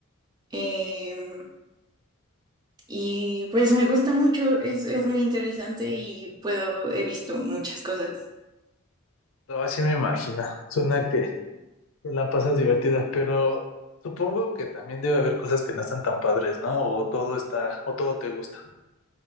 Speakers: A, on the right (about 20°); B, on the left (about 65°).
A: Em, y pues me gusta mucho, es, es muy interesante y puedo, he visto muchas cosas.
B: No, así me imagino. Suena que te la pasas divertida, pero supongo que también debe haber cosas que no están tan padres, ¿no? O todo está, o todo te gusta.